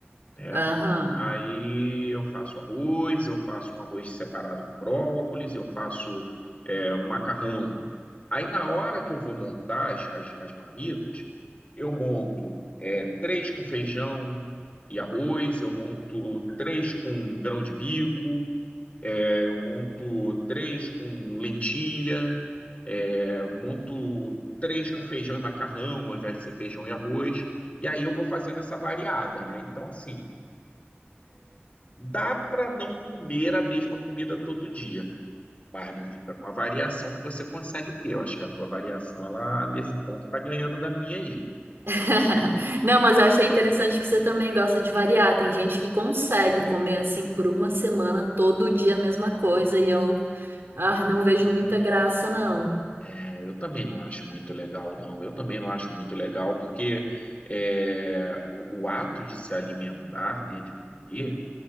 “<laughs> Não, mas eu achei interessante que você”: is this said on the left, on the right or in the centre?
Right